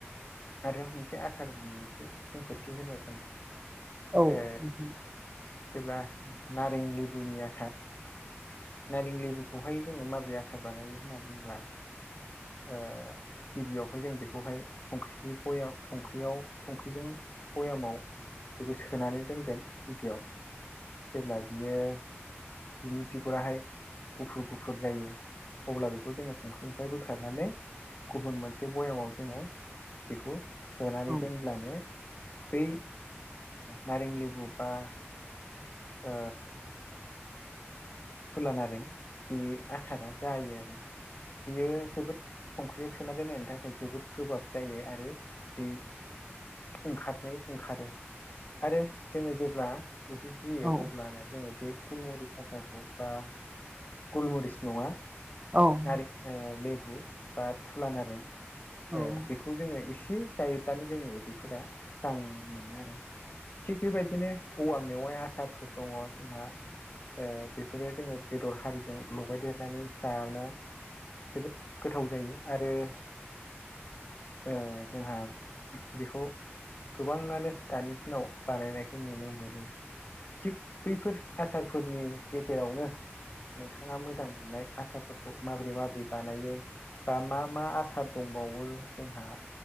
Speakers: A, on the left; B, on the right.
A: आरो मोनसे आसार एसे खेंफोथि होनो सानबावदों
B: औ
A: ओ
B: नोंथां
A: जेब्ला नारें लेबुनि आसार नारें लेबुखौहाय जोङो माबोरै आसार बानायो होनना बुंङोब्ला ओ गिबियावहाय जों बेखौहाय संख्रिनिय संख्रियाव संख्रिजों भयामाव बेखौ सोनानै दोनगोन गिबियाव जेब्ला बियो बिनि बिगुराहाय गुफुर गुफुर जायो अब्ला बेखौ जोङो संख्रिनिफ्रायबो, बोखारनानै गुबुन मोनसे बयामाव जोङो बेखौ, सोनानै
B: औ
A: दोनब्लानो बै नारें लेबु बा ओ थुलानारें बे आसारा जायो आरो बियो जोबोद, संख्रियाव सोना दोननायनि थाखाय जोबोद गोब्राब जायो आरो बिदै, ओंखारनाय ओंखारो आरो जोङो जेब्ला उदै, उन्दैदुयो
B: औ
A: अब्लाना जोङो बे गुलमरिस आसारखौ बा गुलमरिस नङा,
B: औ।
A: नारेग ओ लेबु बा थुला नारें
B: औ नंगौ
A: ओ बेखौ जोङो एसे जायोब्लानो जोंनि उदैफोरा स्रां मोनो आरो। थिग बेबायदिनो औवा मेवाइ आसारफोर दङ जोंहा ओ बेफोरो जोङो बेदर हारिजों लगाय देरनानै जानो जोबोद गोथाव जायो। आरो ओ जोंहा बेखौ गोबाङानो दानि दिनाव बानायनायखौ नुनो मोनो। थिग बैफोर आसारफोरनि गेजेरावनो नोंथाङा मोजां मोननाय आसारफोरखौ माबोरै माबोरै बानायो। दा मा मा आसार दंबावो जोंहा